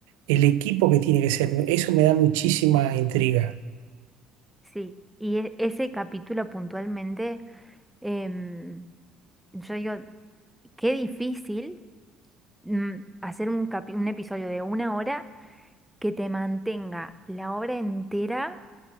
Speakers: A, on the right; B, in the centre.
A: el equipo que tiene que ser, eso me da muchísima intriga.
B: sí, y e- ese capítulo puntualmente, em, yo digo, qué difícil mm, hacer un, capi- un episodio de una hora que te mantenga la obra entera